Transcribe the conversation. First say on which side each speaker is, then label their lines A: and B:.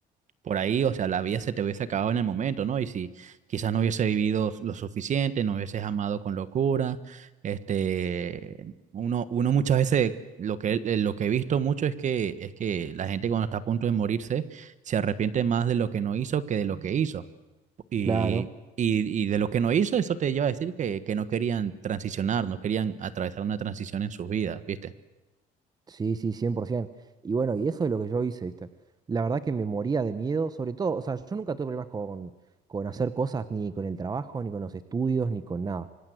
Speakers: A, on the right (about 45°); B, on the right (about 25°).
A: por ahí, o sea, la vida se te hubiese acabado en el momento, ¿no? Y si quizás no hubiese vivido lo suficiente, no hubieses amado con locura, este, uno, uno muchas veces, lo que, eh, lo que he visto mucho es que, es que la gente cuando está a punto de morirse se arrepiente más de lo que no hizo que de lo que hizo. Y,
B: Claro,
A: y, y de lo que no hizo, eso te lleva a decir que, que no querían transicionar, no querían atravesar una transición en sus vidas, ¿viste?
B: sí, sí, 100%. Y bueno, y eso es lo que yo hice, ¿viste? La verdad que me moría de miedo, sobre todo, o sea, yo nunca tuve problemas con, con hacer cosas, ni con el trabajo, ni con los estudios, ni con nada.